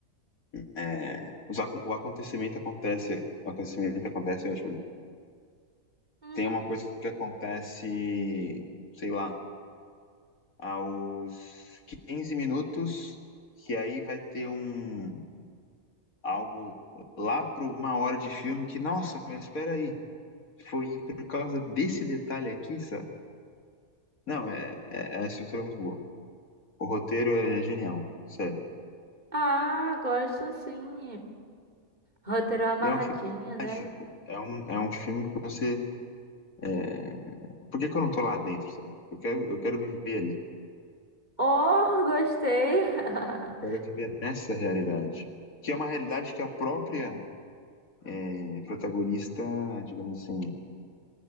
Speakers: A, on the left (about 80°); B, on the right (about 30°).
A: é, os acon- o acontecimento acontece, o acontecimento acontece, eu acho, né?
B: Hum.
A: Tem uma coisa que acontece, sei lá, aos 15 minutos, que aí vai ter um algo lá para uma hora de filme que, nossa, mas espera aí, foi por causa desse detalhe aqui, sabe? Não,
B: hum.
A: é, é, é a estrutura é muito boa. O roteiro é genial, sério.
B: Ah, gosto sim. Roteiro amarradinho,
A: E é um filme
B: né?
A: mágico. É um, é um filme que você. É... Por que, que eu não tô lá dentro, sabe? Eu quero, eu quero viver ali.
B: Oh, gostei! <laughs>
A: Eu quero viver nessa realidade. Que é uma realidade que a própria é, protagonista, digamos assim,